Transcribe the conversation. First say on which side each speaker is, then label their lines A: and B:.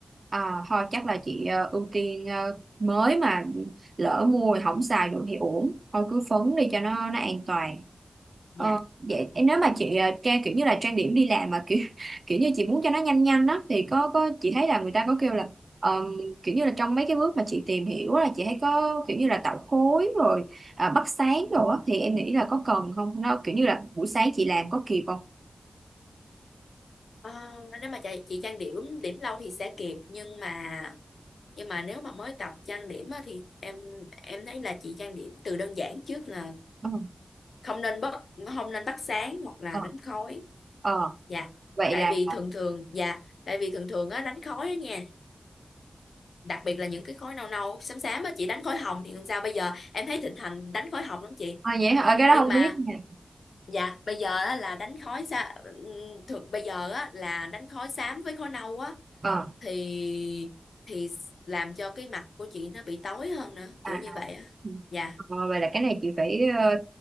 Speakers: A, on the right; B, on the left.
A: À, thôi chắc là chị ờ, ưu tiên ờ, mới mà lỡ mua rồi không xài được thì uổng thôi cứ phấn đi cho nó nó an toàn
B: dạ
A: ờ, vậy nếu mà chị ờ, trang kiểu như là trang điểm đi làm mà kiểu <laughs> kiểu như chị muốn cho nó nhanh nhanh đó thì có có chị thấy là người ta có kêu là ờm, kiểu như là trong mấy cái bước mà chị tìm hiểu á, là chị thấy có kiểu như là tạo khối rồi à, bắt sáng rồi á thì em nghĩ là có cần không nó kiểu như là buổi sáng chị làm có kịp không
B: Ờ, nếu mà chị, chị trang điểm điểm lâu thì sẽ kịp nhưng mà nhưng mà nếu mà mới tập trang điểm á, thì em em thấy là chị trang điểm từ đơn giản trước là
A: Ừ.
B: không nên bắt không nên bắt sáng hoặc là
A: ờ
B: đánh khói
A: ờ
B: dạ
A: vậy
B: tại
A: là
B: vì
A: ờ
B: thường thường dạ tại vì thường thường á đánh khói á nha đặc biệt là những cái khối nâu nâu xám xám á chị đánh khối hồng thì làm sao bây giờ em thấy thịnh hành đánh khối hồng lắm chị
A: vậy hả? Ờ, cái đó
B: nhưng
A: không
B: mà
A: biết nha
B: dạ bây giờ á, là đánh khối xa thường bây giờ á, là đánh khối xám với khối nâu á
A: Ờ.
B: thì thì làm cho cái mặt của chị nó bị tối hơn nữa
A: à
B: kiểu như
A: à.
B: vậy á
A: Ừ.
B: dạ
A: Ờ, vậy là cái này chị phải ờ,